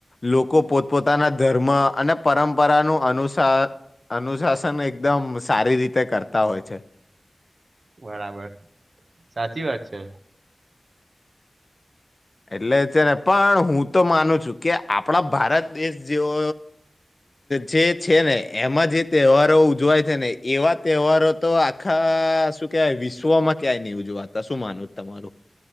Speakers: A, on the left; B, on the right.
A: લોકો પોતપોતાના ધર્મ અને પરંપરાનું અનુસાર અનુશાસન એકદમ સારી રીતે કરતા હોય છે.
B: બરાબર સાચી વાત છે.
A: એટલે છે ને પણ હું તો માનું છું કે આપણા ભારત દેશ જેવો જે છે ને એમાં જે તહેવારો ઉજવાય છે ને એવા તહેવારો તો આખા શું કેવાય વિશ્વમાં ક્યાંય નહીં ઉજવાતા શું માનવુ તમારું?